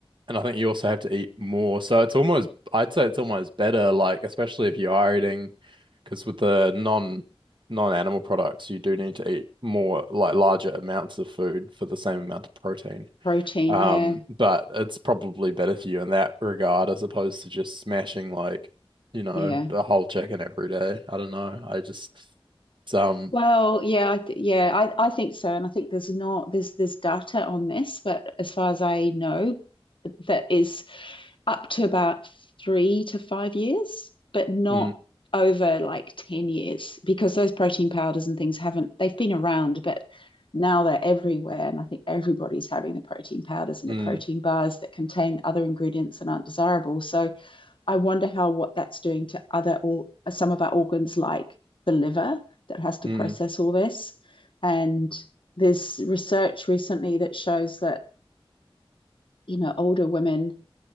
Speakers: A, on the right (about 55°); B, on the left (about 60°).
A: And I think you also have to eat more. So it's almost, I'd say it's almost better, like, especially if you are eating, because with the non non-animal products, you do need to eat more, like larger amounts of food for the same amount of protein.
B: protein,
A: Um,
B: yeah,
A: but it's probably better for you in that regard as opposed to just smashing like, you know,
B: yeah.
A: a whole chicken every day. I don't know. I just, it's, um,
B: Well, yeah, I th- yeah, I, I think so, and I think there's not there's there's data on this, but as far as I know, that is up to about three to five years, but not
A: mm,
B: over like 10 years because those protein powders and things haven't, they've been around, but now they're everywhere. And I think everybody's having the protein powders and
A: mm,
B: the protein bars that contain other ingredients and aren't desirable. So I wonder how what that's doing to other or some of our organs like the liver that has to
A: mm,
B: process all this. And there's research recently that shows that, you know, older women